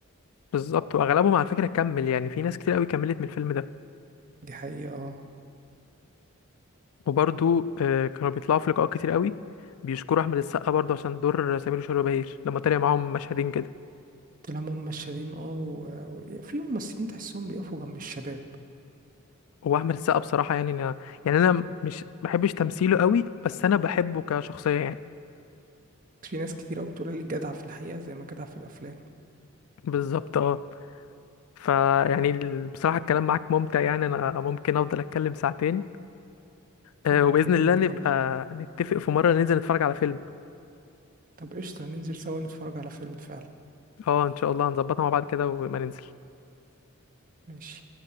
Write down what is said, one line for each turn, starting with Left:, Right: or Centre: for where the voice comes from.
Left: بالظبط واغلبهم على فكره كمل يعني في ناس كتير قوي كملت من الفيلم ده
Right: دي حقيقة اه
Left: وبرضو آه، كانوا بيطلعوا في لقاءات كتير قوي بيشكروا احمد السقا برضو عشان دور سمير وشهير وبهير لما طلع معاهم مشهدين كده
Right: طلع هم مشادين اه و- وفي ممثلين تحسهم بيقفوا جنب الشباب
Left: هو احمد السقا بصراحه يعني انا يعني انا مش بحبش تمثيله قوي بس انا بحبه كشخصيه يعني
Right: في ناس كتير قوي بتقول لي جدع في الحقيقة زي ما جدع في الافلام
Left: بالظبط اه فيعني ال- بصراحه الكلام معاك ممتع يعني انا ممكن افضل اتكلم ساعتين آه،
Right: وانا
Left: وباذن
Right: كمان
Left: الله نبقى
Right: طب
Left: نتفق في مره ننزل نتفرج على فيلم
Right: طب قشطة ننزل سوا نتفرج على فيلم فعلا
Left: اه ان شاء الله هنظبطها مع بعض كده وما ننزل
Right: ماشي